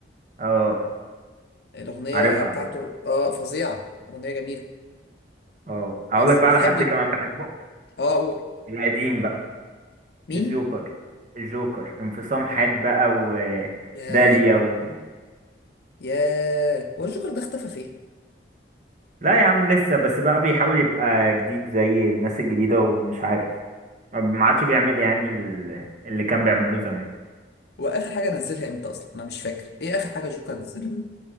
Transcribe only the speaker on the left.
الاغنيه
بتاعته
اه فظيعه اغنيه جميله
بس
بتحبي
اه قول
مين
ياه
ياه هو الجوكر ده اختفى فين
هو اخر حاجه نزلها امتى اصلا انا مش فاكر ايه اخر حاجه الجوكر نزلها